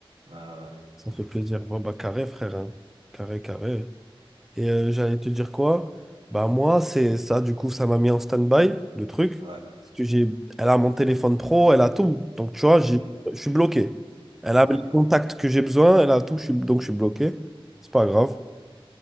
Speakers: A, on the right; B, in the centre.
A: Euh,
B: Ça fait plaisir. Bon, bah, carré, frère. hein. Carré, carré. Et euh, j'allais te dire quoi? Bah, moi, c'est ça, du coup, ça m'a mis en stand-by, le truc.
A: ouais,
B: Parce que j'ai... Elle a mon téléphone pro, elle a tout. Donc, tu vois,
A: mm,
B: j'ai-
A: mm,
B: je suis bloqué. Elle a
A: ouais,
B: les contacts que j'ai besoin, elle a tout, je suis... donc je suis bloqué. C'est pas grave.